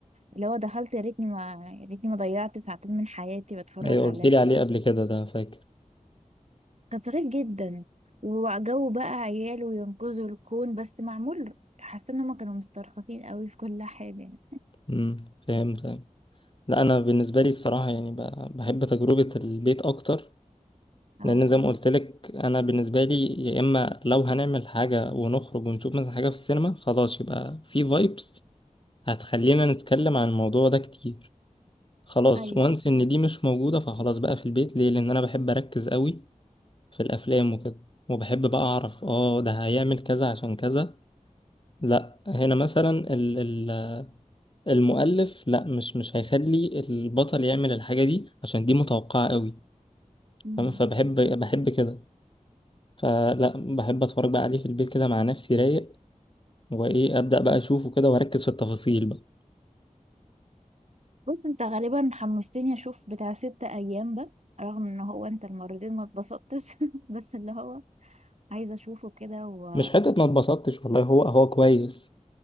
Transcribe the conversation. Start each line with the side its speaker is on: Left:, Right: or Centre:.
Right: اللي هو دخلت يا ريتني ما يا ريتني ما ضيعت ساعتين من حياتي بتفرج
Left: ايوه
Right: على
Left: قلت لي
Right: شيء
Left: عليه قبل كده ده فاكر
Right: غطرت جدا وجو بقى عيال وينقذوا الكون بس معمول حاسه ان هم كانوا مسترخصين قوي في كل حاجه
Left: امم فهمت لا انا بالنسبه لي الصراحه يعني ب- بحب تجربه البيت اكتر
Right: اه
Left: لان زي ما قلت لك انا بالنسبه لي يا اما لو هنعمل حاجه ونخرج ونشوف مثلا حاجه في السينما خلاص يبقى في فايبس هتخلينا نتكلم عن الموضوع ده كتير خلاص
Right: ايوه
Left: وانس ان دي مش موجوده فخلاص بقى في البيت ليه لان انا بحب اركز قوي في الافلام وكده وبحب بقى اعرف اه ده هيعمل كذا عشان كذا لا هنا مثلا ال ال المؤلف لا مش مش هيخلي البطل يعمل الحاجه دي عشان دي متوقعه قوي
Right: مم.
Left: فاهم فبحب بحب كده فلا بحب اتفرج بقى عليه في البيت كده مع نفسي رايق وايه ابدا بقى اشوفه كده واركز في التفاصيل بقى
Right: بص انت غالبا حمستني اشوف بتاع ست ايام ده رغم ان هو انت المرتين ما اتبسطتش <laughs> بس اللي هو عايزه اشوفه كده و
Left: مش حته ما اتبسطتش والله هو هو كويس